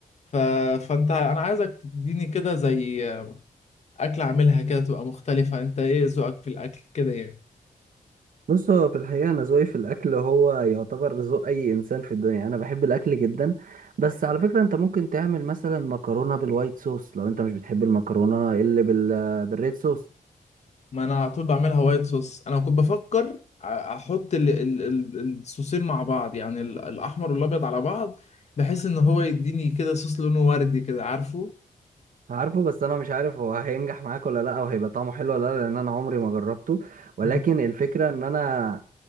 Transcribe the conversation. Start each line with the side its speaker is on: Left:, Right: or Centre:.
Left: ف... فانت انا عايزك تديني كده زي اكل اعملها كده تبقى مختلفة انت ايه ذوقك في الاكل كده يعني
Right: بص هو في الحقيقة أنا ذوقي في الأكل هو يعتبر ذوق أي إنسان في الدنيا أنا بحب الأكل جدا بس على فكرة أنت ممكن تعمل مثلا مكرونة بالوايت صوص لو أنت مش بتحب المكرونة اللي بال آه، بالريد صوص
Left: ما انا على طول بعملها وايت صوص انا كنت بفكر أ- احط ال... ال... ال- الصوصين مع بعض يعني ال- الاحمر والابيض على بعض بحيث ان هو يديني كده صوص لونه وردي كده عارفه
Right: عارفه بس أنا مش عارف هو هينجح معاك ولا لأ أو هيبقى طعمه حلو ولا لأ لأن أنا عمري ما جربته ولكن
Left: مم.
Right: الفكرة إن أنا